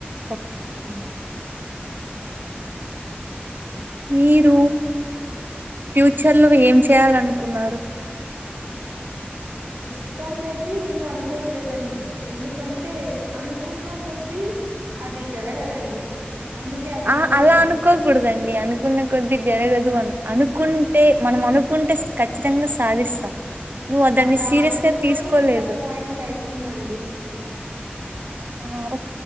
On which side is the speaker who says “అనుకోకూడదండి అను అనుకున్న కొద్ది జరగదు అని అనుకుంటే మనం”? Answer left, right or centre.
Right